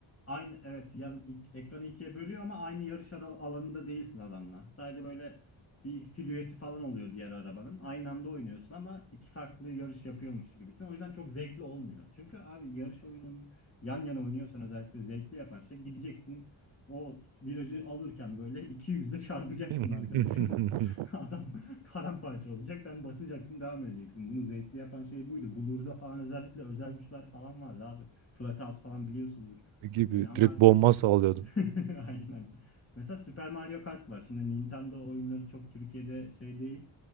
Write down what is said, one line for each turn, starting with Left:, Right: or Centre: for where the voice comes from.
Left: Aynı evet yan ik- ekranı ikiye bölüyor ama aynı yarış ara- alanında değilsin adamla. Sadece böyle bir silüeti falan oluyor diğer arabanın. Aynı anda oynuyorsun ama iki farklı yarış yapıyormuş gibisin. O yüzden çok zevkli olmuyor. Çünkü abi yarış oyunun yan yana oynuyorsan özellikle zevkli yapan şey gideceksin o virajı alırken böyle iki yüzle çarpacaksın
Right: <laughs>
Left: arkadaşına. <laughs> Adam paramparça olacak. Sen basacaksın devam edeceksin. Bunu zevkli yapan şey buydu. Bulur'da falan özellikle özel güçler falan vardı abi. Flatout falan biliyorsundur.
Right: gibi
Left: Yani ama
Right: direkt
Left: artık
Right: bomba sallıyordum.
Left: <laughs> aynen Mesela Super Mario Kart var. Şimdi Nintendo oyunları çok Türkiye'de şey değil.